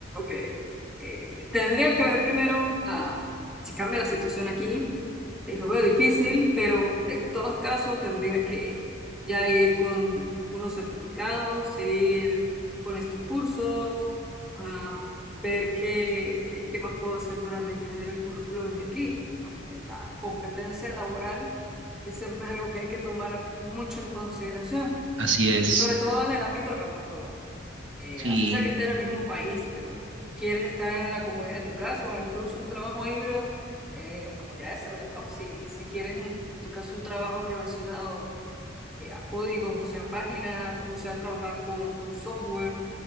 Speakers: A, in the centre; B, on the right.
A: que eh, tendría que ver primero ah, si cambia la situación aquí. eh, Lo veo difícil, pero de todos casos tendría que ya ir con unos certificados, seguir pones tus cursos, a ver qué, qué, qué más puedo hacer para rellenar el currículo desde aquí, ¿no? Porque la competencia laboral es siempre algo que hay que tomar mucho en consideración,
B: así es.
A: eh, sobre todo en el ámbito remoto. Eh,
B: Sí,
A: así sea que esté en el mismo país, pero quieres estar en la comodidad de tu casa o incluso un trabajo híbrido, eh, como ya se ve, ¿no? Si, si quieres, en tu caso, un trabajo relacionado eh, a códigos, o sea, a páginas, o sea, a trabajar con, con software.